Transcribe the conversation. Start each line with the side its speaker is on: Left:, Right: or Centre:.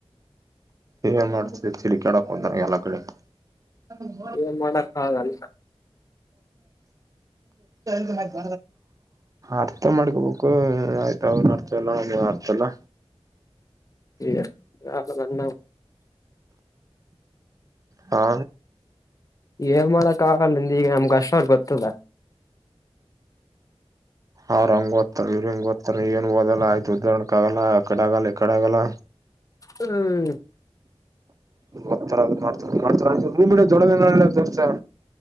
Right: ಏ ಮಾಡ್ತಿದೆ ಚಿಡಿಕಾಡಕ್ ಹಂತಾರ ಎಲ್ಲಾ ಕಡೆ ಹ ತಿ
Left: ಏನ್ ಮಾಡಕ್ ಆಗಲ್ಲ
Right: ಬಾರ ಆಯ್ತ ಅರ್ಥ ಮಾಡ್ಕೋಬೇಕು ಆಯ್ತ ಅವನು ಅರ್ಥ ಎಲ್ಲ ಅರ್ಥ ಅಲ್ಲ
Left: ಈಗ ಬ
Right: ಹಾ
Left: ಏನ್ ಮಾಡಕ್ ಆಗಲ್ಿಂದ ಈಗ ನಮ್ಗ ಅಷ್ಟವ್ರ ಗೊತ್ತದ
Right: ಅವ್ರ ಹಂಗ ಓತ್ತತಾರ ಇವ್ರ ಹಂಗ ದತ್ತತಾರ ಏನ್ ಓದಲ್ಲಾ ಆಯ್ು ಉದಹರಣಣಕ್ ಆಗಲ್ಲ ಆಕಡೆ ಆಗಲ್ಲ ಈಕಡೆ ಆಗಲ್ಲ
Left: ಹ್ಮ್
Right: ಒತರದು ಮಾಡ್ತ ಮಾಡ್ತೂಮಿ ದೊಡದ ದೋರ್ಸ